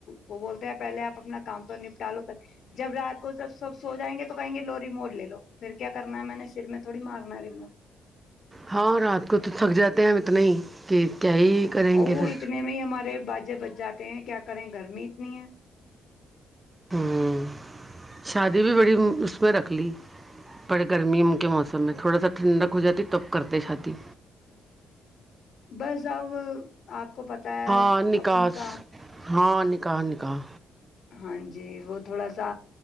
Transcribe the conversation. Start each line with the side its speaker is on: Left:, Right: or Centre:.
Left: وہ بولتے ہیں پہلے آپ اپنا کام تو نپٹالو جب رات کو سب سب سو جائیں گے تو کہیں گے لوری موڑ لو پھر کیا کرنا ہے میں نے سر میں تھوڑی مارنا ہے م
Right: ہاں رات کو تو تھک جاتے ہیں ہم اتنے ہی کہ کیا ہی کریں گے
Left: وہ
Right: پھر
Left: اتنے میں ہی ہمارے باجے بجا ہیں کیا کریں گرمی اتنی ہے
Right: ہوں، شادی بھی بڑی اس میں رکھ لی بڑے گرمیوں کے موسم میں تھوڑا سا ٹھنڈک ہو جاتی تب کرتے شادی
Left: بس اب آپ کو پتا ہے
Right: ہاں نکاس
Left: ا ان کا
Right: ہاں نکاح نکاح
Left: ہاں جی وہ تھوڑا سا